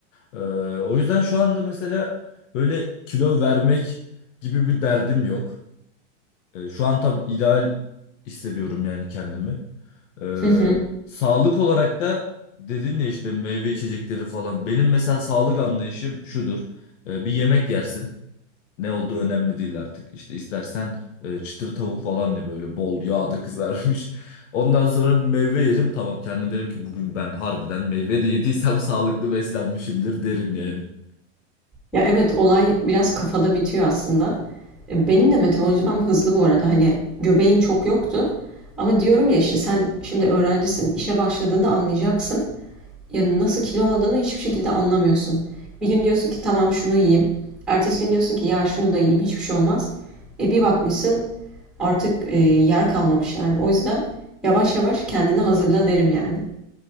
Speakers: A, on the left; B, in the centre.
A: E, o yüzden şu anda mesela böyle kilo vermek gibi bir derdim yok. E, şu an tam ideal hissediyorum yani kendimi. Ee,
B: Hı hı.
A: sağlık olarak da dedin ya işte meyve içecekleri falan. Benim mesela sağlık anlayışım şudur. Ee, bir yemek yersin. Ne olduğu önemli değil artık. İşte istersen e, çıtır tavuk falan ya böyle bol yağda <laughs> kızarmış. Ondan sonra bir meyve yerim. Tamam kendim derim ki bugün ben harbiden meyve de yediysem <laughs> sağlıklı beslenmişimdir derim yani.
B: Ya evet olay biraz kafada bitiyor aslında. E, Benim de metabolizmam hızlı bu arada. Hani göbeğim çok yoktu. Ama diyorum ya işte sen şimdi öğrencisin. İşe başladığında anlayacaksın. Yani nasıl kilo aldığını hiçbir şekilde anlamıyorsun. Bir gün diyorsun ki tamam şunu yiyeyim. Ertesi gün diyorsun ki ya şunu da yiyeyim hiçbir şey olmaz. E bir bakmışsın artık e, yer kalmamış yani. O yüzden yavaş yavaş kendini hazırla derim yani.